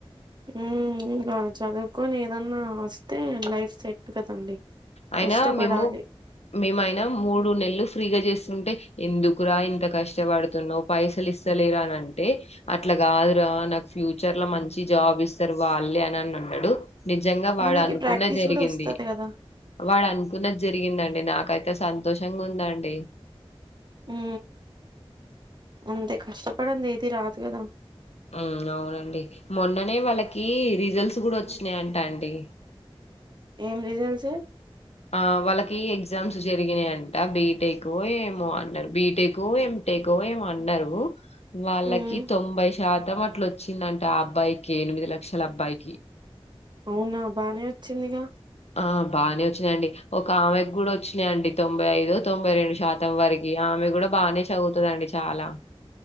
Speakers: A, on the right (about 45°); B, on the left (about 85°).
A: ఉ ఇంకా చదువుకొని ఏదన్నా వస్తే లైఫ్ సెట్ కదండి
B: అయినా
A: కష్టపడాలి
B: మేము మేముయినా మూడు నెల్లు ఫ్రీగా చేస్తుంటే ఎందుకురా ఇంత కష్టపడుతున్నావు పైసలు ఇస్తలేరూ అని అంటే అట్లా కాదు రా నాకు ఫ్యూచర్ లో మంచి జాబ్ ఇస్తారు వాళ్ళే అని అని అన్నాడు నిజంగా వాడు
A: మనకి
B: అనుకునేదే
A: ప్రాక్టీస్
B: జరిగింది
A: కూడా వస్తది కదా
B: వాడు అనుకున్నది జరిగిందండి నాకైతే సంతోషంగా ఉందండి
A: ఉ అంతే కష్టపదండి ఏది రాదు కదా
B: ఆ అవునండి మొన్ననే వాళ్ళకి రిజల్ట్స్ కూడా వచ్చినాయి అంట అండి
A: ఏం రిజల్ట్స్
B: ఆ వాళ్ళకి ఎగ్జామ్స్ జరిగినాయంట బీటెక్ ఏమో అన్నారు బీటెక్ ఏం టేకో అన్నారు వాళ్ళకి
A: ఉమ్
B: తొంభై శాతం అట్ల వచ్చిందంటే ఆ అబ్బాయికి ఎనిమిది లక్షల అబ్బాయికి
A: అవునా బానే వచ్చిందిగా
B: ఆ బాగానే వచ్చినాయిండి ఒక ఆమెకు కూడా వచ్చినాయిండి తొంభై ఐదు తొంభై రెండు శాతం వరకి ఆ అమె కూడా బాగానే చదువుతడండి చాలా